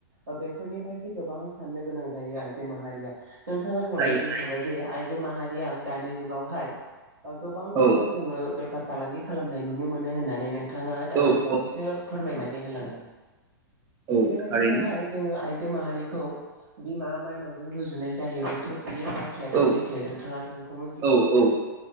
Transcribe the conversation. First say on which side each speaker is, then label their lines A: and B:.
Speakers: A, on the right; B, on the right.
A: ओ बेफोरनि फारसे गोबां साननो गोनां जायो आइजो माहारिया नोंथाङा दहायनो
B: जायो
A: बुंखाबाय जे आइजो माहा बैयाव दानि जुगावहाय ओ गोबांखौनो
B: औ
A: जोङो बेफ फालांगि खालामनाय नुनो मोनो होननानै नों बिथाङा दानि
B: औ
A: बावैसो
B: औ
A: फोरमायनानै होलांबाय
B: औ
A: बेबायदिनोहाय
B: थारैनो
A: जोङो आइ आइजो माहारिखौ बिमा माइनावजों रुजुनाय जायो बेथ' बे बाथ्रायाथ'
B: औ
A: सैथो नोंथाङाथ' बेखौ मिथिखागौ
B: औ औ